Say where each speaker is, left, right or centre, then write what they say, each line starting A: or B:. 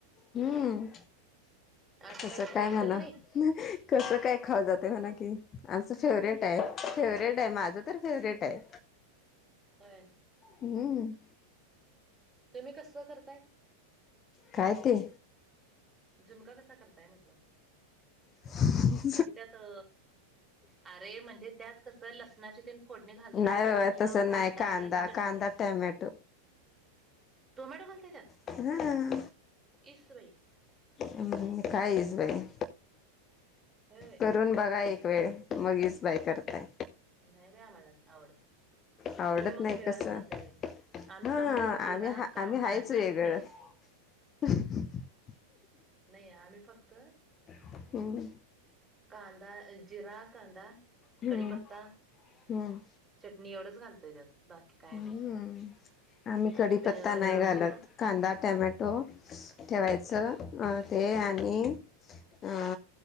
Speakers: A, on the left; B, on the right.
A: हम्म
B: आज
A: तस
B: काही स्पेशल
A: काय म्हणा.
B: नाही
A: कसं काय खाव जाते म्हणा की. आमचं फेवर्हेट आहे फेवरेट आहे माझं तर फेवर्हेट आहे.
B: होय.
A: हम्म.
B: तुम्ही कसं करताय?
A: काय ते?
B: झुनका कसा करताय म्हटलं?
A: <unintelligible>
B: म्हणजे त्यात अ अरे म्हणजे त्यात कसं लसणाची तीन फोडणी घालताय
A: नाही बाबा
B: काय फक्त
A: तसं
B: कांदा
A: नाही
B: आणि च
A: कांदा टॅमॅटो.
B: टोमॅटो घालते त्या
A: हा
B: इस बाई.
A: हम् कायस भाई.
B: व्हय-य.
A: करून बघा एक वेळ मग इस बाय करताय.
B: नाही बाई आम्हाला आवडत
A: आवडत
B: तुम्ही मग
A: नाही
B: निरच
A: कसं
B: करताय व्हय. आम्ही
A: हा
B: फक्त जिरा
A: आम्ही
B: कांदा
A: आम्ही हायच वेगळं
B: चटणी.
A: <inaudible>
B: नाही आम्ही फक्त.
A: हम्म
B: कांदा जिरा कांदा
A: हम्म
B: कढीपत्ता.
A: हम्म
B: चटणी एवढंच घालतोय त्यात. बाकी काय
A: हम्म
B: नाही.
A: आम्ही
B: आणि
A: कडीपत्ता नाही
B: मिरचीच
A: घालत. कांदा टॅमॅटो ठेवायचं ते आणि, आ